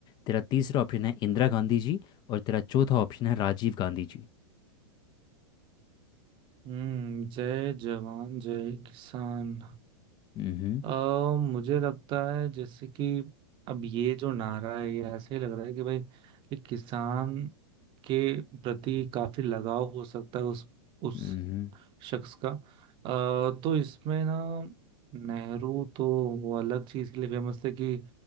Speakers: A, on the left; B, on the right.
A: तेरा तीसरा ऑप्शन है इंदिरा गांधी जी और तेरा चौथा ऑप्शन है राजीव गांधी जी
B: हम्म जय जवान जय किसान
A: हम्म
B: अ, मुझे लगता है जैसे कि अब ये जो नारा है ये ऐसे ही लग रहा है कि भाई ये किसान के प्रति काफी लगाव हो सकता है उस उस
A: हम्म
B: शख्स का अ, तो इसमें ना नेहरू तो वो अलग चीज के लिए फेमस थे कि